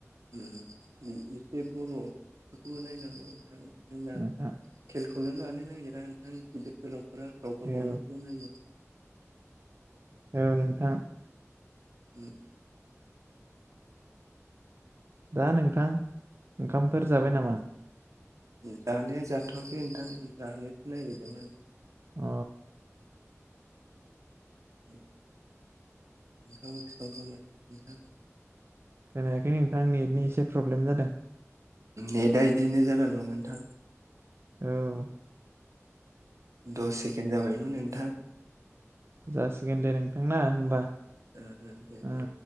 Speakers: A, on the right; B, on the right.
A: उम बिदि <unintelligible> एसे बर'फोरखौबो नायनांग। नोंथां जोंना
B: नोंथां
A: खेलखौनो लानो नागिरा नोंथां गिदिर गोलाव फ्रा गावबा
B: औ
A: गावनिखौल' नायो।
B: औ नोंथां
A: उम
B: दा नोंथां ओंखामफोर जाबाय नामा?
A: जानाया जाथ'वाखै नोंथां जानोसो नागिरदों माने
B: अ
A: <unintelligible>
B: खोनायाखै नोंथां नेटनि एसे प्रब्लेम जादों
A: नेटा बिदिनो जाना दं नोंथां
B: औ
A: दस सेकेन्ड जाबायमोन नोंथां
B: जासिगोन दे नोंथांना होमबा
A: जागोन दे दे
B: ओ